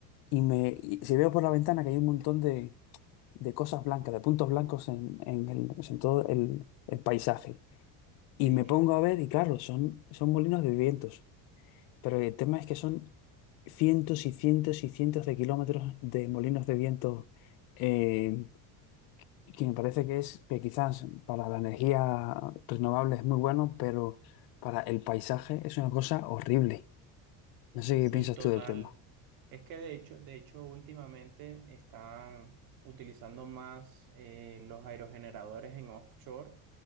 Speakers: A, on the left (about 60°); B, on the right (about 60°).
A: Y me y si veo por la ventana que hay un montón de, de cosas blancas, de puntos blancos en, en el, o sea, en todo el, el paisaje. Y
B: Sí,
A: me pongo a ver y claro, son, son molinos de vientos. Pero el tema es que son cientos y cientos y cientos de kilómetros de molinos de viento, eh, que me parece que es que quizás para la energía renovable es muy bueno, pero para el paisaje es una cosa horrible. No sé
B: sí,
A: qué piensas
B: total.
A: tú del tema.
B: Es que de hecho, de hecho, últimamente están utilizando más eh, los aerogeneradores en offshore